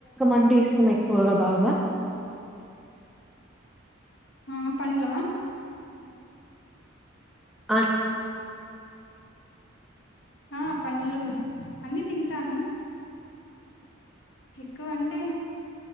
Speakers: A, in the centre; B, on the left.
A: అంటే ఇష్టం ఎక్కువగా బాగా
B: ఆ పన్ల
A: ఆ
B: ఆ పండ్లు అన్ని తింటాను ఎక్కువంటే